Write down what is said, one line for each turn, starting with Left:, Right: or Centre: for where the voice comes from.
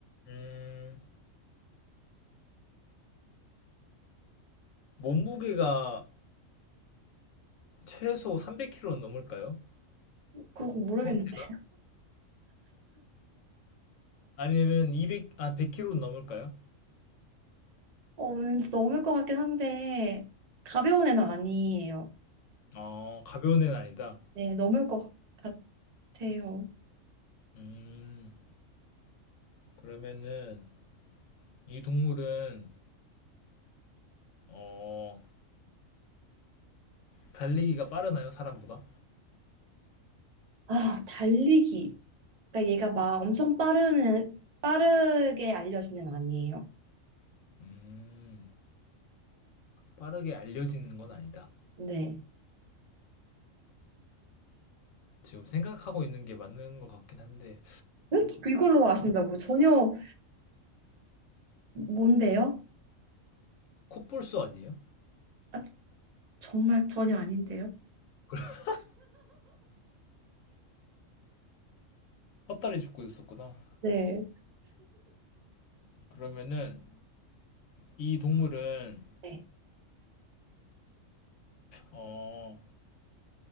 Left: 음, 몸무게가 최소 3 0 0 k g 넘을까요?
Right: 그거 모르겠는데.
Left: 성체가? 아니면 200, 아, 1 0 0 k g 넘을까요?
Right: 어, 왠지 넘을 것 같긴 한데, 가벼운 애는 아니에요.
Left: 어, 가벼운 애는 아니다.
Right: 네, 넘을 것 같아요.
Left: 음, 그러면은, 이 동물은, 어, 달리기가 빠르나요? 사람보다?
Right: 아, 달리기. 그러니까 얘가 막 엄청 빠른, 애- 빠르게 알려진 애는 아니에요.
Left: 음, 빠르게 알려지는 건 아니다.
Right: 네.
Left: 지금 생각하고 있는 게 맞는 것 같긴 한데,
Right: 왜 이걸로 아신다고? 전혀, 뭔데요?
Left: 코뿔소 아니에요?
Right: 아, 정말 전혀 아닌데요?
Left: <laughs> 헛다리 짚고 있었구나.
Right: 네.
Left: 그러면은 이 동물은
Right: 네.
Left: 어